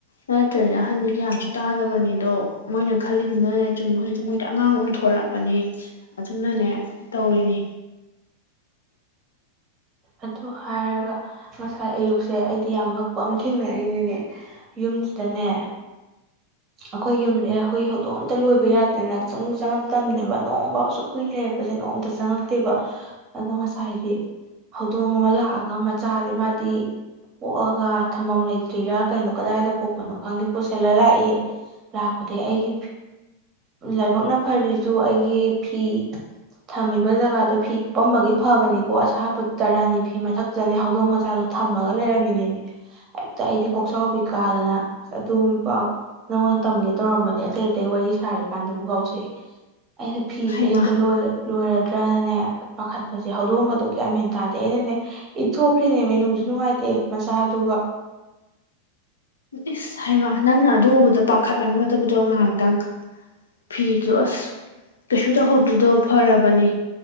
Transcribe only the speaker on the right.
ꯑꯗꯨ ꯍꯥꯏꯔꯒ ꯉꯁꯥꯏ ꯑꯌꯨꯛꯁꯦ ꯑꯩꯗꯤ ꯌꯥꯝ ꯉꯛꯄ ꯑꯃ ꯊꯦꯡꯅꯔꯤꯅꯤꯅꯦ ꯌꯨꯝꯁꯤꯗꯅꯦ ꯑꯩꯈꯣꯏ ꯌꯨꯝꯁꯦ ꯍꯨꯏ ꯍꯧꯗꯣꯡ ꯑꯝꯇ ꯂꯣꯏꯕ ꯌꯥꯗꯦꯗꯅꯆꯪꯁꯨ ꯆꯪꯉꯛꯇꯕꯅꯦꯕ ꯅꯣꯡꯝꯕ ꯑꯁꯨꯛ ꯀꯨꯏꯅ ꯂꯩꯔꯛꯄꯁꯦ ꯅꯣꯡꯝꯇ ꯆꯪꯉꯛꯇꯦꯕ ꯑꯗꯣ ꯉꯁꯥꯏꯗꯤ ꯍꯧꯗꯣꯡ ꯑꯃ ꯂꯥꯛꯑꯒ ꯃꯆꯥꯁꯦ ꯃꯥꯗꯤ ꯄꯣꯛꯑꯒ ꯊꯝꯐꯝꯝ ꯂꯩꯇ꯭ꯔꯤꯔꯥ ꯀꯩꯅꯣ ꯀꯗꯥꯏꯗ ꯄꯣꯛꯄꯅꯣ ꯈꯪꯗꯦ ꯄꯨꯁꯤꯜꯂ ꯂꯥꯛꯑꯦ ꯂꯥꯛꯄꯗꯒꯤ ꯑꯩꯒꯤ ꯂꯥꯏꯕꯛꯅ ꯐꯔꯤꯁꯨ ꯑꯩꯒꯤ ꯐꯤ ꯊꯝꯃꯤꯕ ꯖꯒꯥꯗꯣ ꯐꯤ ꯀꯨꯞꯄꯝꯕꯒꯤ ꯐꯕꯅꯤꯀꯣ ꯑꯁꯥꯄ ꯇꯔꯥꯅꯤ ꯐꯤ ꯃꯊꯛꯇꯅꯦ ꯍꯧꯗꯣꯡ ꯃꯆꯥꯗꯣ ꯊꯝꯃꯒ ꯂꯩꯔꯝꯃꯤꯅꯦꯃꯤ ꯍꯦꯛꯇ ꯑꯩꯗꯤ ꯀꯣꯛꯆꯥꯎꯕꯤ ꯀꯥꯗꯅ ꯑꯁ ꯑꯗꯨꯒꯤ ꯄꯥꯎ ꯅꯪꯉꯣꯟꯗ ꯇꯝꯒꯦ ꯇꯧꯔꯝꯕꯅꯦ ꯑꯇꯩ ꯑꯇꯩ ꯋꯥꯔꯤ ꯁꯥꯔꯤ ꯀꯥꯟꯗꯕꯨ ꯀꯥꯎꯊꯣꯛꯑꯦ ꯑꯩꯅ ꯐꯤꯁꯦ
ꯍꯦꯛꯇ ꯂꯣꯏꯔ ꯂꯣꯏꯔꯗ꯭ꯔꯅꯅꯦ ꯄꯥꯈꯠꯄꯁꯦ ꯍꯧꯗꯣꯡꯕꯗꯨꯒꯤꯌꯥꯃꯦꯟ ꯇꯥꯗꯦ ꯑꯩꯅꯅꯦ ꯏꯠꯊꯣꯛꯈ꯭ꯔꯤꯅꯦ ꯃꯤꯅꯨꯡꯁꯨ ꯅꯨꯡꯉꯥꯏꯇꯦ ꯃꯆꯥꯗꯨ